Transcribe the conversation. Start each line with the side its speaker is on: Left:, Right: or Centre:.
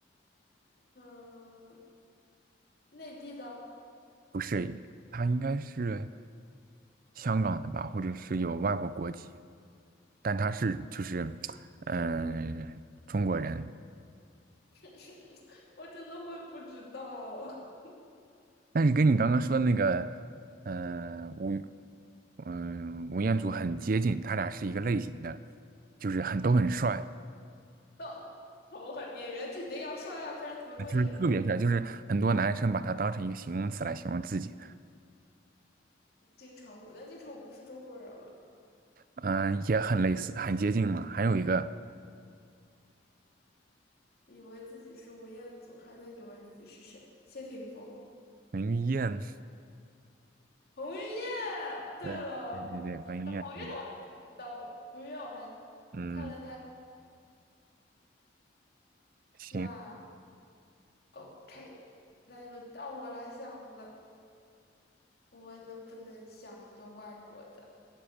Left: 嗯，内地的，
Right: 不是，他应该是。香港的吧，或者是有外国国籍，但他是就是，嗯，中国人。
Left: <laughs> 我真的会不知道。<laughs>
Right: 但是跟你刚刚说的那个，嗯，吴，嗯、吴彦祖很接近，他俩是一个类型的，就是很都很帅，
Left: 那丑很演员肯定要帅呀、不然怎么做演员？
Right: 啊就是特别帅，就是很多男生把他当成一个形容词来形容自己，
Left: 金城武，但金城武不是中国人了，
Right: 嗯、也很类似，很接近嘛。还有一个
Left: 以为自己是吴彦祖，还能以为自己是谁？谢霆锋、
Right: 彭于晏，
Left: 彭于晏。对了，
Right: 对，对对对，彭于晏，
Left: 哎彭于晏我还挺知道的，
Right: 对，
Left: 彭于晏我还
Right: 嗯，
Left: 看了他
Right: 行，
Left: 那 OK。那轮到我来想了。我能不能想一个外国的？